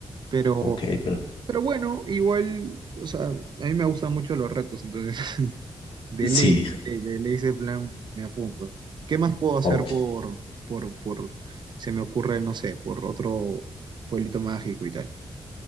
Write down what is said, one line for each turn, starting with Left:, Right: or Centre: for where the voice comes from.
Right: Pero,
Left: ok, pero...
Right: pero bueno, igual, o sea, a mí me gustan mucho los retos, entonces, <laughs> de
Left: Sí,
Right: ley, de ley, de ley ese plan me apunto. ¿Qué más puedo hacer
Left: ok,
Right: por, por, por, se me ocurre, no sé, por otro pueblito mágico y tal?